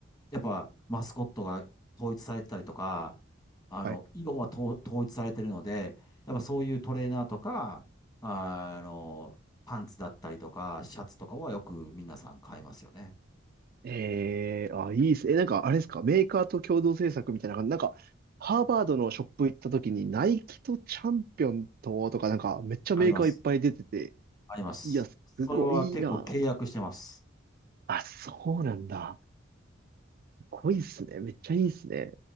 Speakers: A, on the left; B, on the right.
A: やっぱマスコットが統一されてたりとか、あの、
B: い。
A: 色はと統一されてるので、やっぱそういうトレーナーとか、あの、パンツだったりとか、シャツとかはよく皆さん買いますよね。
B: ええあ、いいっす。え、なんかあれですか、メーカーと共同制作みたいな感じ。なんか、ハーバードのショップ行った時に、ナイキとチャンピオンと、とか、なんか、めっちゃメーカーいっぱい出てて、
A: あります。あります。
B: いや、すごいいいな。
A: それは結構契約してます。
B: あ、そうなんだ。すごいっすね。めっちゃいいっすね。